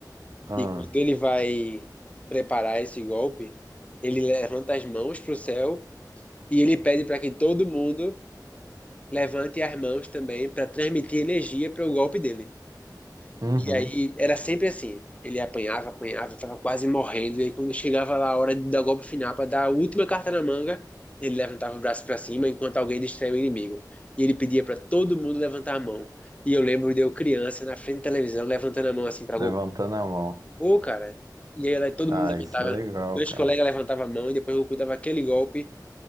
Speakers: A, on the right; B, on the left.
A: Ah,
B: E quando ele vai preparar esse golpe, ele levanta as mãos para o céu e ele pede para que todo mundo levante as mãos também para transmitir energia para o golpe dele.
A: uhum.
B: E aí era sempre assim. Ele apanhava, apanhava, tava quase morrendo. E aí, quando chegava lá a hora de dar o golpe final para dar a última carta na manga, ele levantava o braço para cima enquanto alguém distraía o inimigo. E ele pedia para todo mundo levantar a mão. E eu lembro de eu criança na frente da televisão levantando a mão assim para
A: Levantando
B: Goku.
A: a mão.
B: Ô, cara. E aí ela- todo
A: Ah,
B: mundo levantava.
A: isso é legal,
B: Meus
A: cara.
B: colegas levantavam a mão e depois o Goku dava aquele golpe